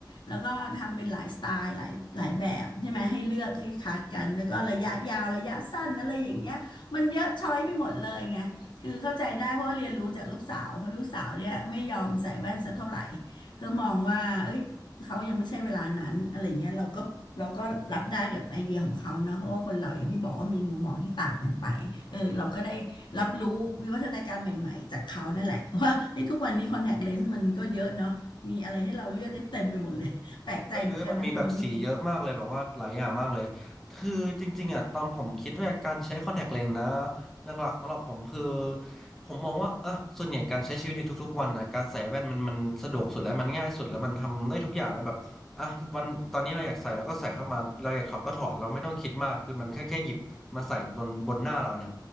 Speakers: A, on the left; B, in the centre.
A: แล้วก็ทำเป็นหลายสไตล์หลายหลายแบบใช่ไหมให้เลือกให้คัดกันแล้วก็ระยะยาวระยะสั้นอะไรอย่างเงี้ยมันเยอะช้อยไปหมดเลยไงคือเข้าใจได้เพราะว่าเรียนรู้จากลูกสาวเพราะลูกสาวเนี่ยไม่ยอมใส่แว่นสักเท่าไหร่เธอมองว่าเอ้ย เขายังไม่ใช่เวลานั้นอะไรเงี้ยเราก็เราก็รับได้กับไอเดียของเขาเนาะเพราะว่าคนเราอย่างที่บอกว่ามีมุมมองที่ต่างกันไปเออเราก็ได้รับรู้วิวัฒนาการใหม่ๆจากเขานั่นแหละ <laughs> ว่าเฮ้ยทุกวันนี้คอนแทคเลนส์มันก็เยอะเนาะมีอะไรให้เราเลือกได้เต็มไปหมดเลย <laughs> แปลกใจเหมือนกันนะคุณโทนี่
B: เยอะๆมันมีแบบสีเยอะมากเลยแบบว่าหลายอย่างมากเลยคือจริงๆอ่ะตอนผมคิดว่าการใช้คอนแทคเลนส์นะหลักๆสำหรับผมคือผมมองว่าเออส่วนใหญ่การใช้ชีวิตในทุกๆวันนะการใส่แว่นมันมันสะดวกสุดแล้วมันง่ายสุดแล้วมันทำได้ทุกอย่างแล้วแบบอ่ะวันตอนนี้เราอยากใส่เราก็ใส่เข้ามาเราอยากถอดก็ถอดเราไม่ต้องคิดมากคือมันแค่แค่หยิบมาใส่บนบนหน้าเราเนี่ย